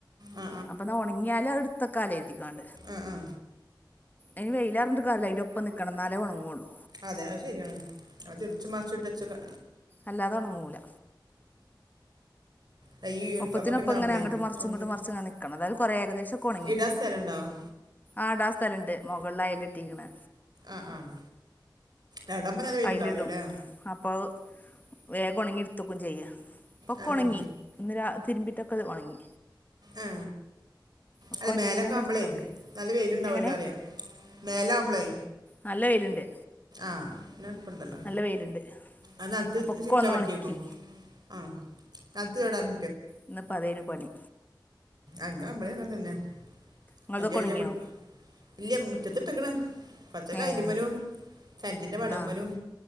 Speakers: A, on the right (about 55°); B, on the left (about 20°).
A: ആ
B: അപ്പം ന്നാൽ ഉണങ്ങിയാൽ അടുത്ത കാലം എഴുതിക്കണ്ട
A: ആഹ് ആഹ്
B: അന് വെയിലാറിട്ട് കറല്ല അതിന്റെ ഒപ്പം നിൽക്കണം എന്നാലേ ഉണങ്ങുള്ളൂ
A: അതെ അത് ശെരിയാണ് അത് തിര്ച്ചും മർച്ചട്ട്ക്കാ
B: അല്ലാതൊണങ്ങൂല
A: ദാ ഈ യൂണിഫോം
B: ഒപ്പത്തിനൊപ്പം
A: ഒക്കെ ഉണ്ടാകുമ്പളേ
B: ഇങ്ങനെ അങ്ങോട്ട് മറച്ച്
A: ഉണങ്ങിയിട്ട്
B: ഇങ്ങോട്ട് മറച്ച്ങ്ങെ നിക്കണം അതായത് കുറേ ഏകദേശം ഒക്കെ ഉണങ്ങി
A: ഇടാൻ സ്ഥലം ഉണ്ടാവും
B: ആടാ സ്ഥലംണ്ട് മുകളിലായലട്ടീക്കണ്
A: ആഹ് ആഹ് എവിടെ അമ്മ നല്ല പേരുണ്ടാവലോ
B: അയിലിടും
A: അല്ലേ
B: അപ്പോൾ വേഗം ഉണങ്ങി ഇടുത്തക്കും ചെയ്യാ പൊക്കൊണങ്ങി
A: ആ ആ
B: ഒന്ന് തിരുമ്പിട്ടൊക്കെത് ഉണങ്ങി
A: ആ
B: ഒക്കെ
A: അല്ല
B: ഉണങ്ങിയാലാണ്ട്
A: മേലൊക്കെ ആ്പളേ
B: എടുത്തൊക്കെ
A: നല്ല പേരുണ്ടാവല്ലോ
B: എങ്ങനെ
A: അറിയാം മേലാവുമ്പളേ
B: നല്ല വെയിലുണ്ട്
A: ആഹ് ണ്ടല്ലോ
B: നല്ല വെയിലുണ്ട്
A: അതിനകത്ത്
B: അപ്പൊ ഒക്കെ
A: ചിക്കാൻ
B: ഒന്ന്
A: പറ്റിയേക്കും
B: ഉണക്കി
A: ആഹ് കത്ത്ടാൻ
B: ഇന്ന് പതേനു പണി
A: അല്ല അമ്മളും അങ്ങെ തന്നെ
B: നിങ്ങതൊക്കെ
A: അതിന്റെ ഇടയിലെ
B: ഉണങ്ങിയോ
A: കുടി ഇല്ല മുറ്റത്തി ഇട്ട്ക്ക്ണ് പച്ച കായലമ്മലും
B: ഏ
A: സെന്റിന്റെ പടം
B: ആഹ്
A: പോലും